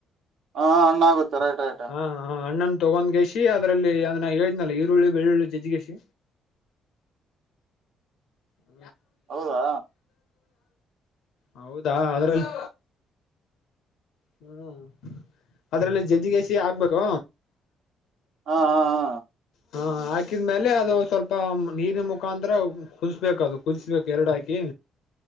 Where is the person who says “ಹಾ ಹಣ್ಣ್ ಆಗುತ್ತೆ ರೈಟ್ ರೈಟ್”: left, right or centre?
Right